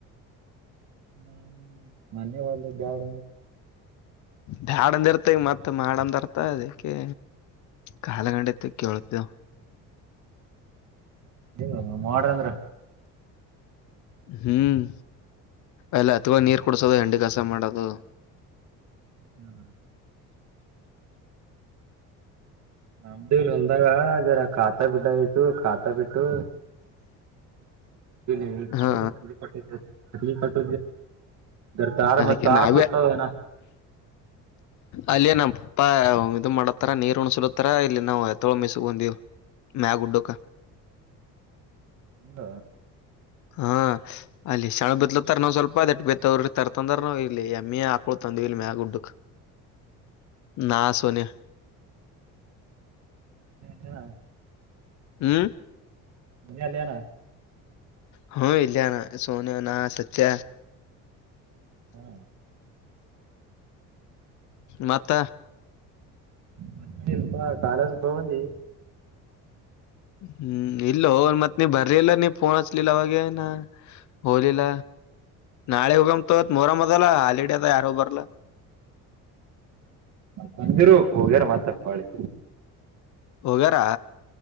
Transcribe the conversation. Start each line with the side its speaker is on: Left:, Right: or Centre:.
Right: ನ ಮನೆ ಒಲ್ಲ ಗಾಡ.
Left: ಬ್ಯಾಡಂದ ಇರ್ತ ಈಗ ಮತ್ತ್ ಮಾಡಂದರ್ತ ಅದಕ್ಕೆ. ಕಾಲಗಂಡ ಇತ್ತು ಕೆಳತಿವ.
Right: ಇ ಮಾಡೋರ ಅಂದ್ರ.
Left: ಹ್ಮ್ ಎಲ್ಲ ಹತ್ಳ ನೀರ್ ಕುಡಸೋದು ಹೆಂಡಿ ಕಸ ಮಾಡೋದು
Right: ಹ್ಮ್ ಹ್ಮ ನಮ್ದೇ ಇಲ್ ಹೊಲ್ದಾಗ ಅರ ಖಾತಾ ಬಿಟ್ಟ ಆಯ್ತು ಖಾತಾ ಬಿಟ್ಟು ಇ ಹಟ
Left: ಹಾ
Right: ಕಟ್ಟ ಹಟ ಕಟ್ಟ ದರ್ದಾರ
Left: ಅದಕ್ಕೆ
Right: ಮ ತಾರ
Left: ನಾವೇ
Right: ಸತ್ತನ
Left: ಅಲ್ಲಯ ನಮ್ಮ ಪಪ್ಪಾ ಇದು ಮಾಡತ್ತಾರ ನೀರ್ ಉಣಸಡತ್ತಾರ ಇಲ್ಲಿ ನಾವುತ್ತೊಳ ಮೆಿಸಗ್ ಬಂದೀವು ಮ್ಯಾ ಗುಡ್ಡೋಕ
Right: ಹ
Left: ಹಾ ಅಲ್ಲಿ ಶಣ ಬಿತ್ಲತರ್ ನಾವ್ ಸ್ವಲ್ಪ ಅದ ಬತ್ತವ್ರ ತರ್ತಂದ್ರ ನಾವವು ಇಲ್ಲಿ ಎಮ್ಮೆ ಹಾಕೋ ತಂದಲ್ ಮಗುಡುಕ್ ನಾ ಸೋನಯ
Right: ಮ
Left: ಹ್ಮ್
Right: ಮನ ಅಲ್ಲಿಯನ
Left: ಹ್ಮ ಇಲ್ಯಾನ ಸೋನಿಯ ನಾ ಸತ್ಯ
Right: ಹಾ
Left: ಮತ್ತ
Right: ಮತ್ತಪ ಕಾಲೇಜಕ್ ಹೋಗಂದಿ
Left: ಹ್ಮ್ ಇಲ್ಲ ಮತ್ ನೀ ಬರ್ರಿಿಲ್ಲ ನೀ ಪೋನ್ ಹಚ್ಲಿಲ್ಲ ಅವಾಗೇನ ಹಲಿಲ ನಾಳೆ ಉಗಮತ ಮರ ಮಜಲ್ಲ ಹಾಲಡೆದ ಯಾರ ಉಬರಲ್ಲ
Right: ಬಂದಿರು ಹೋಗ್ಯಾರ ಮತ್ತ ಹಳಿ
Left: ವಗರ